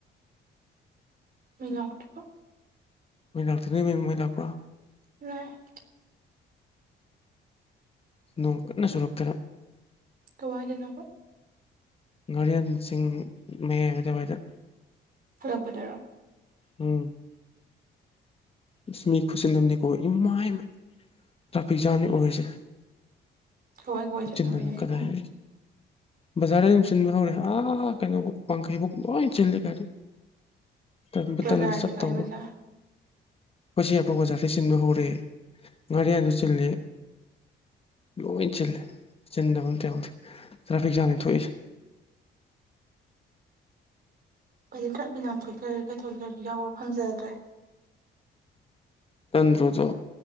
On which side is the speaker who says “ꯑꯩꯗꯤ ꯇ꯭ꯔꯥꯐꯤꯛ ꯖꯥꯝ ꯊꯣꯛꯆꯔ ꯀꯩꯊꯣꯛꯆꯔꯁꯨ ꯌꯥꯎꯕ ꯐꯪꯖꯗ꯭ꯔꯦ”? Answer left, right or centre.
Right